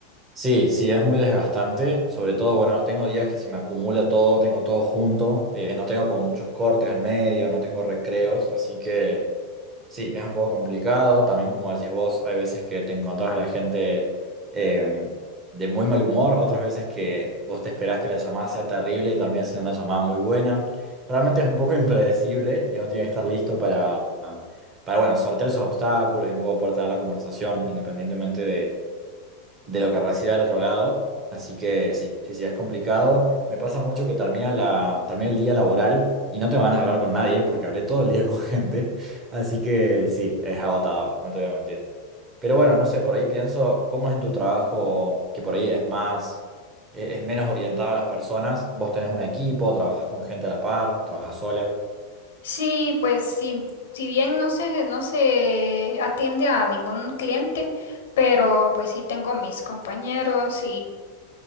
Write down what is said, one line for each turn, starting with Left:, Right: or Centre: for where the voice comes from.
Right: Sí, sí, es muy desgastante. Sobre todo, bueno, tengo días que se me acumula todo, tengo todo junto. eh, no tengo como muchos cortes al medio, no tengo recreos. Así que sí, es un poco complicado. También, como decís vos, hay veces que te encontrás a la gente eh, de muy mal humor, otras veces que vos te esperás que la llamada sea terrible y termina siendo una llamada muy buena. Realmente es un poco impredecible y uno tiene que estar listo para, para bueno, sortear esos obstáculos y un poco poder tener la conversación independientemente de lo que reciba del otro lado. Así que sí, sí, sí, es complicado. Me pasa mucho que termina la, termina el día laboral y no te van a hablar con nadie porque hablé todo el día <laughs> con gente. Así que sí, es agotador, no te voy a mentir. Pero bueno, no sé, por ahí pienso, ¿cómo es en tu trabajo que por ahí es más, e- es menos orientado a las personas? Vos tenés un equipo, trabajas con gente a la par, trabajas sola.
Left: Sí, pues sí, si bien no se, no se atiende a ningún cliente, pero pues sí tengo mis compañeros